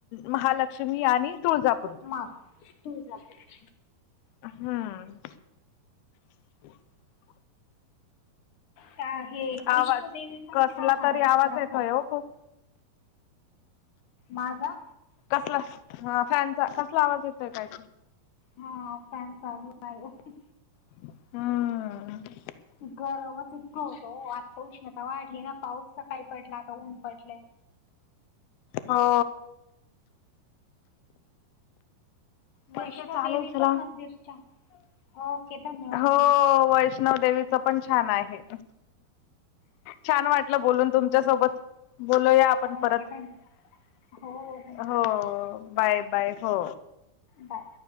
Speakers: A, on the left (about 80°); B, on the left (about 60°).
A: महालक्ष्मी आणि तुळजापूर.
B: मा ऊ तुळजापूर.
A: हम्म. <inaudible>
B: का हे वैष्णोदेवी
A: आवाज
B: पण
A: कसला
B: छान
A: तरी
B: आहे उत्तराखंड.
A: आवाज येतोय हो खूप
B: माझा
A: कसला ह फॅनचा कसला आवाज येतोय काय
B: हा फॅन चालू आहे.
A: ह
B: गरमच इतकं होतो आता उष्णता वाढली ना पाऊस सकाळी पडला आता ऊन पडलंय.
A: हो. ठीक
B: वैष्णोदेवी
A: आहे चालेल चला
B: पण मंदिर छान ओके धन्यवाद
A: हो
B: ताई
A: वैष्णव देेवी च पण छान आहे. छान वाटलं बोलून तुमच्या सोबत बोलूया आपण
B: ओके
A: परत.
B: धन्यवाद हो. धन्यवाद
A: हो बाय बाय हो.
B: बाय.